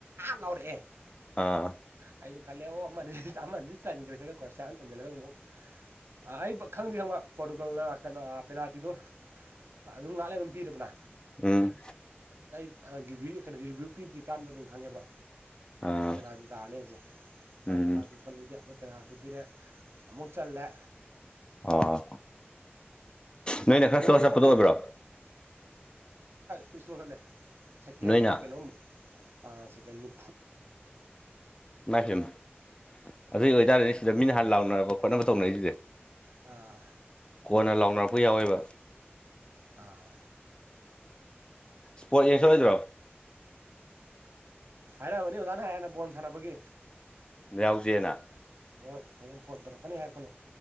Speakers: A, on the right; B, on the left.
A: ꯂꯥꯎꯔꯛꯑꯦ
B: ꯑꯥ
A: ꯑꯩꯁꯨ ꯈꯜꯂꯦ ꯑꯣ ꯑꯃꯗꯤ ꯑꯃꯅꯗꯤ ꯆꯟꯈ꯭ꯔꯦ ꯁꯤꯂꯀ ꯁꯅ ꯆꯟꯁꯤꯜꯂꯗ ꯑꯃꯨꯛ ꯑꯩ ꯈꯪꯗꯦ ꯈꯪꯕ ꯄꯣꯔꯇꯨꯒꯜꯅ ꯀꯩꯅꯣ ꯄꯦꯅꯥꯜꯇꯤꯗꯣ ꯑꯗꯨꯝ ꯉꯥꯛꯂꯦ ꯑꯗꯨꯝ ꯄꯤꯗꯗꯅ
B: ꯎꯝ
A: ꯔꯤꯕꯚ ꯀꯩꯅꯣ ꯔꯤꯕꯤꯌꯨ ꯄꯤꯗ꯭ꯔꯤꯀꯥꯟꯗ ꯑꯗꯨꯅꯝ ꯈꯪꯉꯦꯕ
B: ꯑꯥ
A: ꯄꯦꯅꯥꯜꯇꯤ ꯇꯥꯔꯅꯤ ꯑꯩꯁꯦ ꯍꯥꯏꯗꯤ
B: ꯎꯝ
A: ꯃꯥꯗꯨ ꯐꯅ ꯌꯥꯗ ꯄꯦꯅꯥꯜꯇꯤ ꯄꯤꯔꯦ ꯑꯃꯨꯛ ꯆꯜꯂꯦ
B: ꯑꯥ ꯅꯣꯏꯅ ꯈꯔ
A: ꯕꯣꯜ
B: ꯁ ꯆꯠꯄꯗꯣ
A: ꯄꯣꯔꯇꯨ
B: ꯑꯣꯏꯕ꯭ꯔꯣ
A: ꯄ ꯏꯁ ꯂꯣ ꯆꯠꯂꯦ ꯁꯦꯀꯦꯟ
B: ꯅꯣꯏꯅ
A: ꯀꯩꯅꯣꯝ ꯁꯦꯀꯦꯟꯅꯤ
B: ꯂꯥꯛꯐꯦꯅ ꯑꯗꯨꯏ ꯑꯣꯏꯇꯥꯔꯗꯤ ꯁꯤꯗ ꯃꯤꯅ ꯍꯥꯟꯅ ꯂꯥꯎꯅꯔꯕ ꯈꯣꯠꯅꯕ ꯇꯧꯅꯔꯔꯤꯁꯤꯗꯤ
A: ꯑꯥ
B: ꯀꯣꯟꯅ ꯂꯥꯎꯅꯔꯛ ꯑꯩ ꯌꯥꯎꯋꯦꯕ
A: ꯑꯥ
B: ꯏꯁꯄꯣꯠ ꯌꯦꯡ ꯁꯣꯏꯗ꯭ꯔꯣ
A: ꯍꯥꯏꯔꯛꯑꯃꯅꯤ ꯑꯣꯖꯥꯅ ꯍ ꯍꯥꯟꯅ ꯕꯣꯜ ꯁꯥꯟꯅꯕꯒꯤ
B: ꯌꯥꯎꯖꯦꯅ
A: ꯍꯣꯏ ꯍꯌꯦꯡ ꯐꯣꯟ ꯇꯧꯔꯛꯀꯅꯤ ꯍꯥꯏꯔꯛꯄꯅꯦ